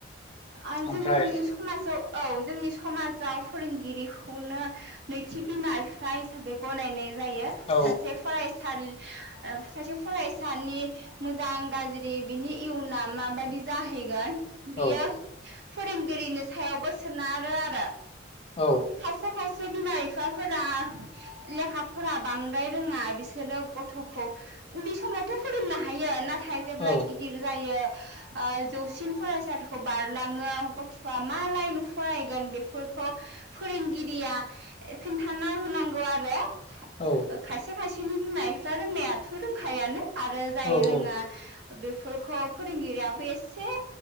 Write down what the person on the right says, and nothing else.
आं जोंनि
समाजाव औ जोंनि समाजाव फोरोंगिरिखौनो नैथि बिमा बिफाय हिसाबै गनायनाय जायो
सासे फरायसा सासे फरायसानि मोजां गाज्रि बिनि इयना माबादि जाहैगोन।
बियो फोरोंगिरिनि सायावबो सोनारो आरो।
खायसे खायसे बिमा बिफाफोरा लेखाफोरा बांद्राय रोङा बिसोरो ग र' खौ उन्दै समावथ' फोरोंनो हायो नाथाय जेब्ला
गिदिर जायो जौसिन फरायसालिखौ बारलाङो गथ'आ मा लाइन फरायगोन बेफोरखौ फोरोंगिरिया खोन्थाना होनांगौ आरो।
खायसे खायसेनि बिमा बिफाफ्रा रोंनायाथ' रोंखायानो आरो जाय
रोङा बेफोरखौ फोरोंगिरियाबो एसे